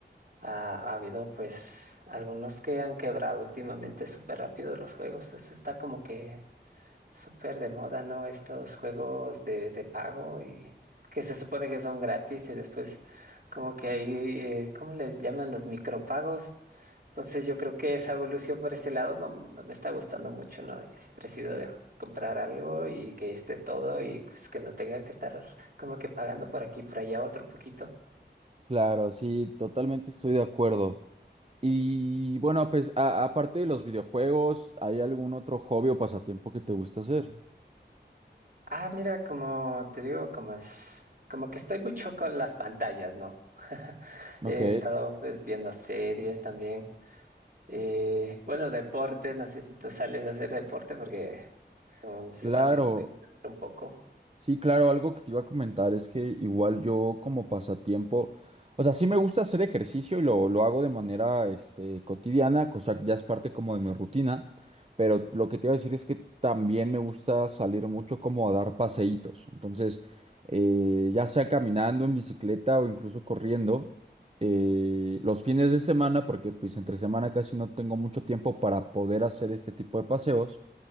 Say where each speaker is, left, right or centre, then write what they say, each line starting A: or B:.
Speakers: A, on the right; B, on the right.
A: Ha, ha habido pues algunos que han quebrado últimamente súper rápido los juegos. Eso está como que súper de moda, ¿no? Estos juegos de, de pago y que se supone que son gratis y después como que ahí, eh, ¿cómo les llaman los micropagos? Entonces yo creo que esa evolución por ese lado no, no me está gustando mucho, ¿no? Yo siempre he sido de comprar algo y que esté todo y pues que no tenga que estar como que pagando por aquí, por allá otro poquito.
B: Claro, sí, totalmente estoy de acuerdo. Y bueno, pues a- aparte de los videojuegos, ¿hay algún otro hobby o pasatiempo que te gusta hacer?
A: Ah, mira, como te digo, como es, como que estoy mucho con las pantallas, ¿no? <laughs>
B: Ok,
A: He estado pues viendo series también. eh, bueno, deporte, no sé si tú sales a hacer deporte porque um, eso
B: claro.
A: también me gusta hacer un poco.
B: Sí, claro, algo que te iba a comentar es que igual yo como pasatiempo, o sea, sí me gusta hacer ejercicio y lo, lo hago de manera este, cotidiana, cosa que ya es parte como de mi rutina, pero lo que te iba a decir es que también me gusta salir mucho como a dar paseitos, entonces eh, ya sea caminando en bicicleta o incluso corriendo, eh, los fines de semana, porque pues entre semana casi no tengo mucho tiempo para poder hacer este tipo de paseos